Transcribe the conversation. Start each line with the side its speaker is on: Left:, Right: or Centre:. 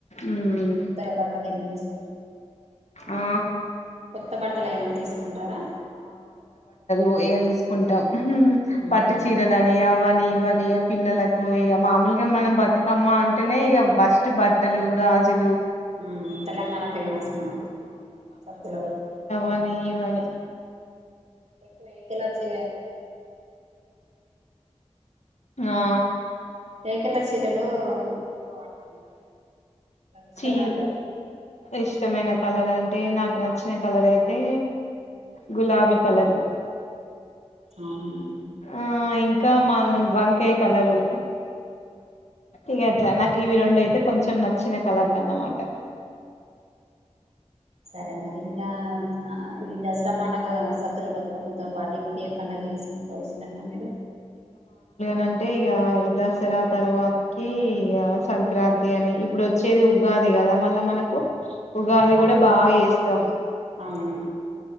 Left: ఉమ్
Right: కొత్తగా బట్టలు ఏం తీస్
Left: ఆ
Right: కొత్త బట్టలు ఏమైన్నా తీసుకుంటారా
Left: ఓ ఏవి తీసుకుంటాం
Right: ఉహు
Left: పట్టు చీరలనీ అవని ఇవని ఇగ పిల్లలకు ఇగ మామూలుగా మనం బతుకమ్మ అంటేనే ఇక ఫస్ట్ బట్టలు గాజులు
Right: ఉం తెలంగాణ ఫేమస్ మనకి సద్దుల బతుక
Left: మనీ ఇవాలి
Right: ఎక్కువ ఏకలా చీ
Left: ఆ
Right: తేకల చీరలు ఎక్కువ వాడుతుంట ఇష్టం
Left: చీ
Right: మ
Left: ఇష్టమైన కలర్ అంటే నాకు నచ్చిన కలర్ అయితే గులాబీ కలరు
Right: అవును
Left: ఆ ఇంకా మ వంకాయ కలరు ఇగ అట్లా నాకు ఇవి రెండు అయితే కొంచెం కొంచెం నచ్చిన కలర్లన్నమాట
Right: సరే మరి ఇంకా ఇంకా ఈ దసరా పండ సద్దుల బతుకమ్మతో పాటు ఇంకేం పండగ చేసుకుంటా వస్తాం మీరు
Left: నంటే ఇగ ఈ దసరా తర్వాతకి ఇగ సంక్రాంతి అని ఇప్పుడు వచ్చేది ఉగాది గదా మళ్ళ మనకు ఉగాది
Right: అవును
Left: కూడా బాగా చేస్తాం
Right: అవును